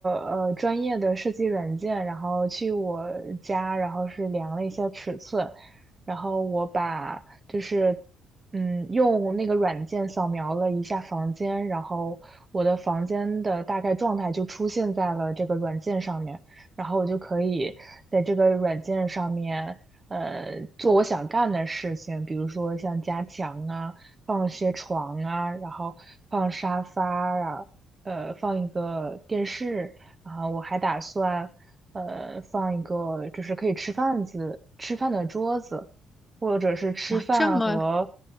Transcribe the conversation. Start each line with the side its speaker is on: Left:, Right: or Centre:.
Right: 呃专业的设计软件，然后去我家，然后是量了一下尺寸，然后我把就是嗯用那个软件扫描了一下房间，然后我的房间的大概状态就出现在了这个软件上面，然后我就可以在这个软件上面呃做我想干的事情，比如说像加强啊。放些床啊，然后放沙发啊，呃，放一个电视，然后我还打算呃放一个就是可以吃饭子吃饭的桌子，或者是吃饭和
Left: 啊，这么